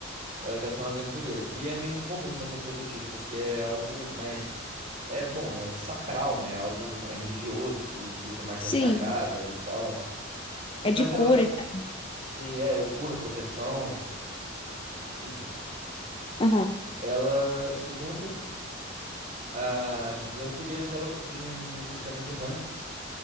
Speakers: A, on the right; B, on the left.
A: Ela quer ser uma aventureira. E é meio incomum uma sacerdotisa, porque é algo mais. É, bom, é sacral, né? É Algo ma- religioso, que utiliza magia
B: sim.
A: sagrada e tal.
B: É
A: Mas
B: de cura
A: ela
B: e tal.
A: se é, eu curo, proteção, enfim.
B: Aham.
A: Ela se junta à Guilda dos Aventureiros e ela tem um, um sistema de ranks.